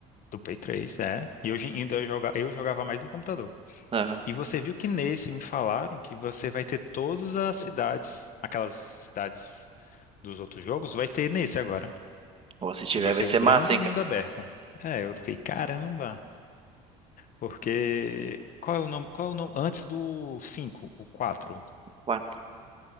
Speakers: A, on the left; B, on the right.
A: Do Play 3, é. E hoje ainda eu joga- eu jogava mais no computador.
B: Aham.
A: E você viu que nesse me falaram que você vai ter todas as cidades, aquelas cidades dos outros jogos, vai ter nesse agora.
B: Ou se tiver,
A: Tipo, vai ser
B: vai ser
A: um grande
B: massa, hein,
A: mundo
B: cara?
A: aberto. É, eu fiquei, caramba, porque. Qual é o nome? Qual é o nome? Antes do 5, o 4?
B: quatro